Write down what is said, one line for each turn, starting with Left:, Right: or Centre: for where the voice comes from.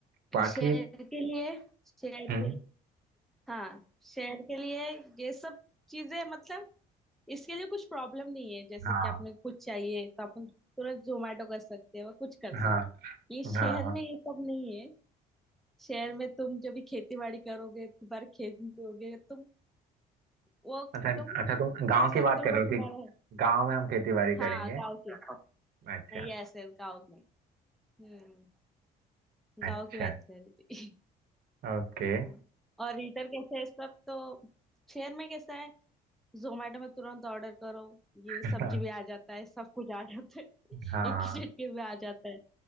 Right: बाकी
Centre: शेर के लिए शेर
Right: हम्म
Centre: के हाँ शेर के लिए ये सब चीजें मतलब इसके लिए कुछ प्रॉब्लम नहीं है जैसे
Right: हाँ
Centre: कि आपने कुछ चाहिए तो अपन तुरंत जोमेटो कर सकते हैं और कुछ कर सकते
Right: हाँ
Centre: हैं ये शहर
Right: हाँ हाँ।
Centre: में ये सब नहीं है शहर में तुम जब भी खेती बाड़ी करोगे बार खेत में होगे तुम वो
Right: अच्छा
Centre: तुम
Right: अच्छा तुम गांव
Centre: खा
Right: की
Centre: सकते
Right: बात
Centre: हो
Right: कर
Centre: वो
Right: रहे हो
Centre: तुम्हारा
Right: कि
Centre: है
Right: गांव में हम खेती बाड़ी करेंगे
Centre: हाँ गाँव के हाँ।
Right: अच्छा
Centre: नहीं ऐसे गाँव में हम्म
Right: अच्छा
Centre: गाँव की बात कर रही थी
Right: ओके
Centre: <laughs> हाँ और रीटर कैसे है सब तो शहर में कैसा है जोमेटो में तुरंत ऑर्डर करो ये
Right: <laughs>
Centre: सब्जी भी आ जाता है सब कुछ आ जाता है <laughs>
Right: हाँ
Centre: एक ही झटके में आ जाता है